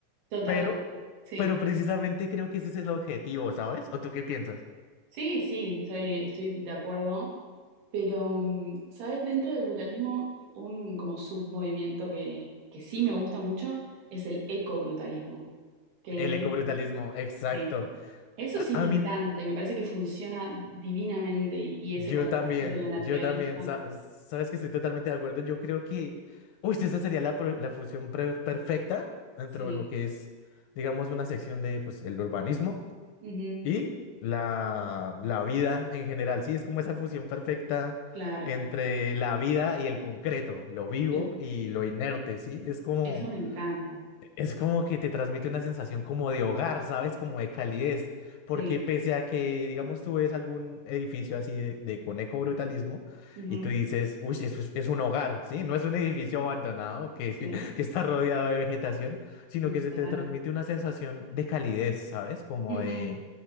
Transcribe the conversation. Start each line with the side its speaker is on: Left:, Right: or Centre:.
Right: Total,
Left: Pero,
Right: sí,
Left: pero precisamente creo que ese es el objetivo, ¿sabes? ¿O tú qué piensas?
Right: sí, sí, estoy, estoy de acuerdo. Pero, mm, ¿sabes? Dentro del brutalismo, un como submovimiento que, que sí me gusta mucho es el ecobrutalismo, que
Left: El ecobrutalismo,
Right: es-
Left: exacto.
Right: sí, eso
Left: A,
Right: sí me
Left: a
Right: encanta
Left: mí,
Right: y me parece que funciona divinamente y, y ese
Left: Yo
Right: contraste
Left: también,
Right: entre la naturaleza,
Left: yo también, sa- sabes que estoy totalmente de acuerdo. Yo creo que, uy, esa sería la, pro- la fusión pre- perfecta dentro
Right: sí,
Left: de lo que es, digamos, una sección de, pues, el urbanismo
Right: ujú,
Left: y la, la vida en general. Sí, es como esa fusión perfecta
Right: claro,
Left: entre la vida y el concreto, lo vivo
Right: sí,
Left: y lo inerte, ¿sí? Es como...
Right: eso me encanta,
Left: Es como que te transmite una sensación como de hogar, ¿sabes? Como de calidez, porque
Right: sí,
Left: pese a que, digamos, tú ves algún edificio así de, de con ecobrutalismo
Right: ujú,
Left: y tú dices, uy, eso es, es un hogar, ¿sí? No es un edificio abandonado que,
Right: sí,
Left: <laughs> que está rodeado de vegetación, sino
Right: mm,
Left: que se
Right: total,
Left: te transmite una sensación de calidez, ¿sabes? Como
Right: ujú,
Left: de,